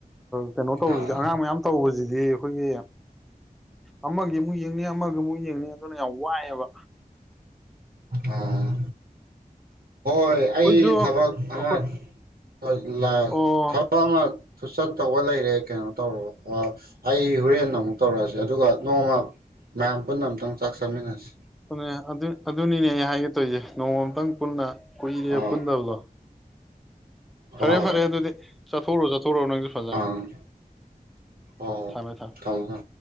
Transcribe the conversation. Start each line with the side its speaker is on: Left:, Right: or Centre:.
Centre: ꯀꯩꯅꯣ ꯇꯧꯕꯁꯤꯗꯤ
Right: ꯑꯥ
Centre: ꯑꯉꯥꯡ ꯃꯌꯥꯝ ꯇꯧꯕꯁꯤꯗꯤ ꯑꯩꯈꯣꯏꯒꯤ ꯑꯃꯒꯤ ꯑꯃꯨꯛ ꯌꯦꯡꯅꯤ ꯑꯃꯒꯤ ꯑꯃꯨꯛ ꯌꯦꯡꯅꯤ ꯑꯗꯨꯅ ꯌꯥꯝ ꯋꯥꯏꯑꯦꯕ
Right: ꯑꯥ ꯍꯣꯏ
Centre: ꯑꯩꯈꯣꯏꯁꯨ
Right: ꯑꯩ ꯊꯕꯛ ꯑꯃ
Centre: ꯑꯩꯈꯣꯏ
Right: ꯂꯦꯛꯅꯦ
Centre: ꯑꯣ
Right: ꯊꯕꯛ ꯑꯃ ꯊꯨꯆꯠ ꯇꯧꯕ ꯂꯩꯔꯦ ꯀꯩꯅꯣ ꯇꯧꯔꯣ ꯑꯩ ꯍꯣꯔꯦꯟ ꯑꯃꯨꯛ ꯇꯧꯔꯛꯑꯁꯦ ꯑꯗꯨꯒ ꯅꯣꯡꯃ ꯃꯌꯥꯝ ꯄꯨꯟꯅ ꯑꯃꯝꯇꯪ ꯆꯥꯛ ꯆꯥꯃꯤꯟꯅꯁꯤ
Centre: ꯑꯗꯨꯅꯦ ꯑꯗꯨ ꯑꯗꯨꯅꯤꯅꯦ ꯑꯩ ꯍꯥꯏꯒꯦ ꯇꯧꯔꯤꯁꯦ ꯅꯣꯡꯃꯇꯪ ꯄꯨꯟꯅ ꯀꯨꯏꯔꯦ
Right: ꯑꯥ
Centre: ꯄꯨꯟꯗꯕꯗꯣ
Right: ꯍꯣꯏ
Centre: ꯐꯔꯦ
Right: ꯍꯣꯏ
Centre: ꯐꯔꯦ ꯑꯗꯨꯗꯤ ꯆꯠꯊꯣꯛꯔꯣ ꯆꯠꯊꯣꯛꯔꯣ ꯅꯪꯖꯨ ꯐꯖꯅ
Right: ꯑꯥ ꯍꯣꯏ ꯍꯣꯏ
Centre: ꯊꯝꯃꯦ ꯊꯝꯃꯦ
Right: ꯊꯝꯃꯣ ꯊꯝꯃꯣ